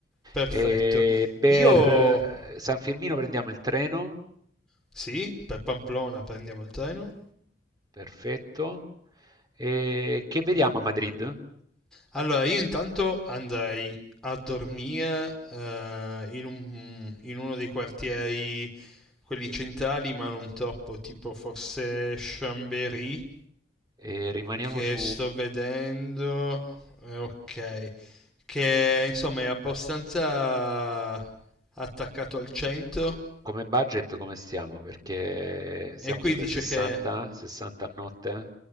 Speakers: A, in the centre; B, on the right.
A: Perfetto.
B: E per
A: Io...
B: eh, San Firmino prendiamo il treno,
A: Sì, per Pamplona prendiamo il treno?
B: perfetto. E che vediamo a Madrid?
A: Allora, io intanto andrei a dormire eh, in un- in uno dei quartieri, quelli centrali, ma non troppo, tipo forse Chambéry,
B: E rimaniamo
A: che
B: su
A: sto vedendo, eh, ok, che insomma è abbastanza attaccato al centro
B: come budget, come stiamo? Perché siamo
A: e qui
B: sulle
A: dice
B: 60,
A: che
B: 60 a notte? eh?